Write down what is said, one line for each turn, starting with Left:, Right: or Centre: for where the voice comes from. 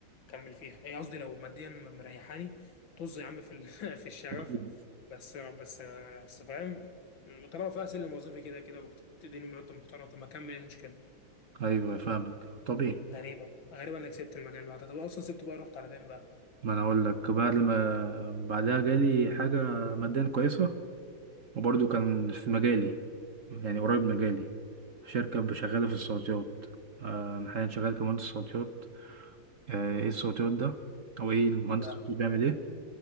Left: كمل فيها ايه قصدي لو ماديا مريحاني طز يا عم في ال- <laughs> في الشغف
Right: أكيد
Left: بس بس بس فاهم طالما فيها سلم وظيفي كده كده وبتديني مرتب محترم طب ما اكمل إيه المشكله
Right: أيوه فاهمك طبيعي
Left: غريبه غريبه انك سبت المجال بعدها طب اصلا سبته بقى رحت على فين بقى
Right: ما انا اقول لك بعد ما بعدها جالي حاجه ماديا كويسه وبرضه كان في مجالي يعني قريب مجالي شركه شغاله في الصوتيات آه، انا حاليا شغال كمهندس صوتيات آه، ايه الصوتيات ده او ايه المهندس
Left: يبقى
Right: الصوتي بيعمل ايه